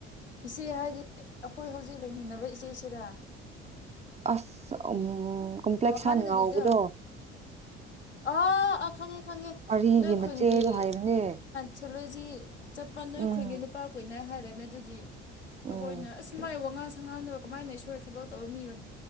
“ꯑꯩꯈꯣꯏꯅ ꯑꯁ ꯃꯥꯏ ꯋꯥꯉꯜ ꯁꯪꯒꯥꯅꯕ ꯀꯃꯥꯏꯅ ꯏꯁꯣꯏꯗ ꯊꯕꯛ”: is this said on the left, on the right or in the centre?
Left